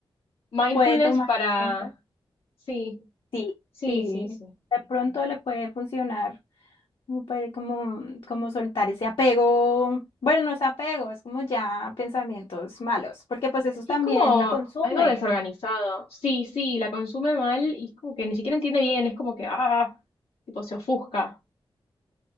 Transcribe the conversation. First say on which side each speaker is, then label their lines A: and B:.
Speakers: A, on the left; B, on the left.
A: Mindfulness
B: puede tomar
A: para...
B: en cuenta.
A: Sí,
B: Sí,
A: sí,
B: sí,
A: sí, sí.
B: de pronto le puede funcionar, como, puede- como, como soltar ese apego, bueno, no es apego, es como ya pensamientos malos, porque pues eso
A: Sí,
B: también
A: es como
B: la consume.
A: algo desorganizado. Sí, sí, la consume mal y es como que ni siquiera entiende bien, es como que, ah, tipo se ofusca.